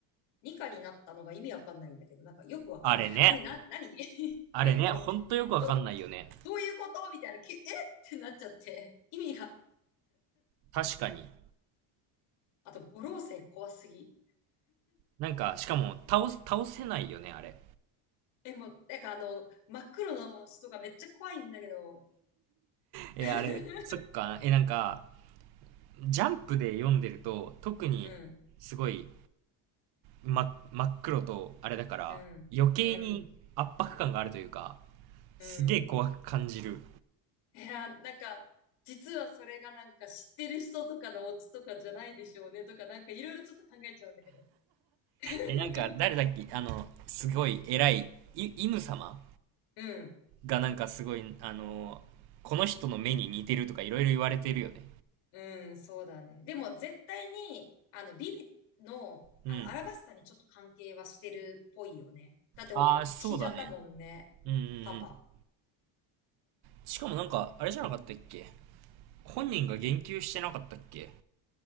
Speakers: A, on the left (about 75°); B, on the right (about 50°).
A: ニカになったのが意味わかんないんだけど、なんかよくわかんない。
B: あれね。
A: あれ、な、何 <laughs>
B: あれね、
A: えって思って。
B: ほんとよくわかんないよね。
A: ど、ど、どういうことみたいな。きゅえってなっちゃって。意味が。
B: 確かに。
A: あと、五老星怖すぎ。
B: なんか、しかも、倒す、倒せないよね、あれ。
A: え、もう、なんかあの、真っ黒の人がめっちゃ怖いんだけど。
B: え、
A: <laughs>
B: あれ、そっか、え、なんか、ジャンプで読んでると、特に、
A: うん、
B: すごい、ま、真っ黒と、あれだから、
A: うん、
B: 余計に圧迫感があるというか、
A: うん、うん。
B: すげえ怖く感じる。
A: いや、なんか、実はそれがなんか知ってる人とかのオチとかじゃないでしょうねとか、なんかいろいろちょっと考えちゃうんだけど。<laughs>
B: え、なんか、誰だっけあの、すごい偉い、い、イム様
A: うん、
B: がなんかすごい、あの、この人の目に似てるとかいろいろ言われてるよね。
A: うん、そうだね。でも絶対に、あの、ビビの、
B: うん。
A: あの、アラバスタにちょっと関係はしてるっぽいよね。だってお死んじゃったもんね。
B: ああ、そうだね。うんうんうん。
A: パパ、
B: しかもなんか、あれじゃなかったっけ本人が言及してなかったっけ